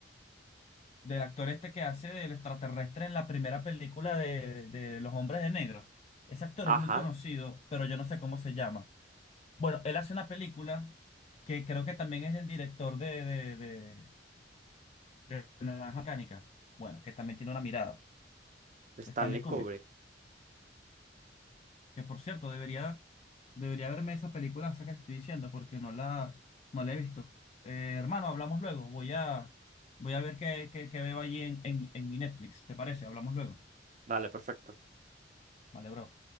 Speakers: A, on the left; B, on the right.
A: del actor este que hace del extraterrestre en la primera película de, de Los Hombres de Negro. Ese actor
B: Ajá,
A: es muy conocido, pero yo no sé cómo se llama. Bueno, él hace una película que creo que también es del director de, de, de, de Naranja Mecánica. Bueno, que también tiene una mirada.
B: Stanley
A: Stanley Kubrick.
B: Kubrick.
A: Que por cierto, debería, debería verme esa película, esa que te estoy diciendo, porque no la, no la he visto. Eh, hermano, hablamos luego. Voy a, voy a ver qué, qué, qué veo allí en, en, en mi Netflix. ¿Te parece? Hablamos luego.
B: Dale, perfecto.
A: Vale, bro.